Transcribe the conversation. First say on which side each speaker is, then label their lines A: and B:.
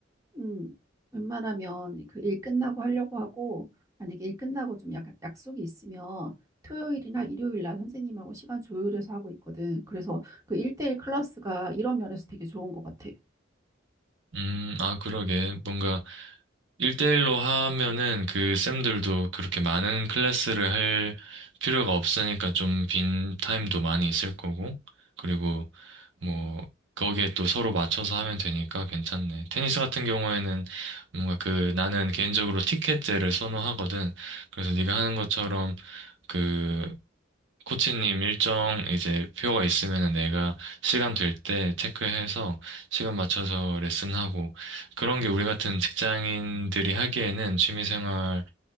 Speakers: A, on the right (about 20°); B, on the right (about 70°).
A: 음, 웬만하면 그 일 끝나고 하려고 하고, 만약에 일 끝나고 좀 약, 약속이 있으면 토요일이나 일요일 날 선생님하고 시간 조율해서 하고 있거든. 그래서 그 1대1 클래스가 이런 면에서 되게 좋은 것 같아.
B: 음, 아, 그러게. 뭔가, 일대일로 하면은 그 쌤들도 그렇게 많은 클래스를 할 필요가 없으니까 좀 빈 타임도 많이 있을 거고, 그리고 뭐, 거기에 또 서로 맞춰서 하면 되니까 괜찮네. 테니스 같은 경우에는 뭔가 그 나는 개인적으로 티켓제를 선호하거든. 그래서 네가 하는 것처럼 그 코치님 일정 이제 표가 있으면은 내가 시간 될 때 체크해서 시간 맞춰서 레슨하고 그런 게 우리 같은 직장인들이 하기에는 취미생활의